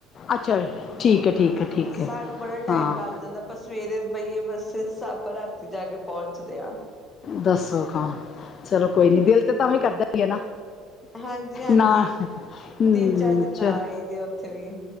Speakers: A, on the left (about 40°); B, on the left (about 15°).
A: ਅੱਛਾ ਠੀਕ ਐ, ਠੀਕ ਹੈ ਠੀਕ
B: ਸਾਨੂੰ
A: ਹੈ
B: ਬੜਾ ਟਾਈਮ
A: ਹਾਂ
B: ਲੱਗ ਜਾਂਦਾ, ਆਪਾਂ ਸਵੇਰੇ ਬਹੀਏ ਬੱਸੇ, ਆਪਾਂ ਰਾਤੀ ਜਾ ਕੇ ਪਹੁੰਚ ਚਦੇ ਆ।
A: ਦੱਸੋ ਖਾਂ, ਚਲੋ ਕੋਈ ਨੀ। ਦਿਲ ਤੇ ਤਾਂ ਵੀ ਕਰਦਾ ਹੀ ਏ ਨਾ।
B: ਹਾਂਜੀ-ਹਾਂਜੀ,
A: ਨਾ ਹਮ
B: ਤਿੰਨ ਚਾਰ ਦਿਨ
A: ਚਲ
B: ਲਾ ਈ ਦੇ ਆ ਉੱਥੇ ਵੀ।